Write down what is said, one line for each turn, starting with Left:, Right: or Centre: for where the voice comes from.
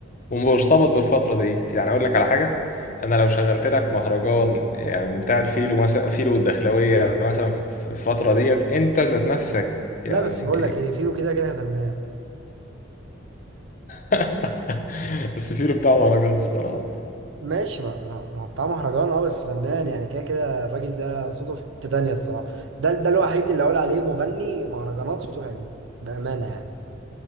Left: ومرتبط بالفتره ديت يعني اقول لك على حاجه انا لو شغلت لك مهرجان يعني بتاع الفيلو مثلا فيلو والدخلاويه مثلا في الفتره ديت انت ذات نفسك يعني
Right: لا بس بقول لك ايه فيلو كده كده فنان
Left: <laughs> السفير بتاع مهرجان الصراحة
Right: ماشي ما ما- ما هو بتاع مهرجان اه بس فنان يعني كده كده الراجل ده صوته في حتة تانية الصراحة ده ده الوحيد اللي اقول عليه مغني مهرجانات صوته حلو بأمانة يعني